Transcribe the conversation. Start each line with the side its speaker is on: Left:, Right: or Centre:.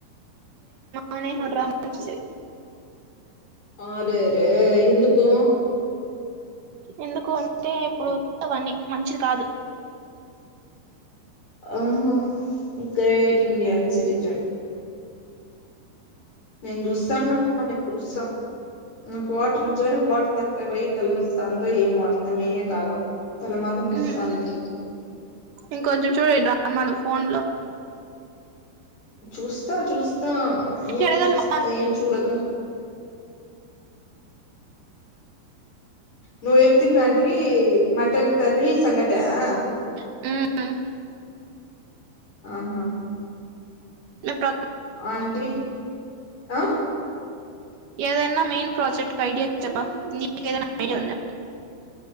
Right: అనే ఆ డ్రామాలు చులే
Left: ఆ రే రే ఎందుకు
Right: ఎందుకు అంటే ఇప్పుడు అవని మంచిది కాదు.
Left: ఆహ గ్రేట్ ఇడియన్ సిటీజన్ నేను చూసానమ్మ నేన్ చూసా నాకు వాటర్ ఈచేదానికి వాటర్ తగ్గి పోయి తల నోస్తాందో ఏమో అర్థమే కాల తలమాత్రం నోస్తాంది.
Right: ఉమ్. ఇంకొంచెం చూడు ఈ డ్రామాలు ఫోన్ లో
Left: చూస్తా చూస్తా ఏం
Right: ఎడగలమా
Left: చూస్తా ఏం చూడక నువ్వేం తిన్న అంటివి మటన్ కర్రి సంగట ఆ
Right: ఆ
Left: ఆహా
Right: నాక
Left: ఆంటీ అ
Right: ఏదన్నా మెయిన్ ప్రాజెక్ట్ ఐడియా చేప్ప నీకేదన్న ఐడియా ఉందా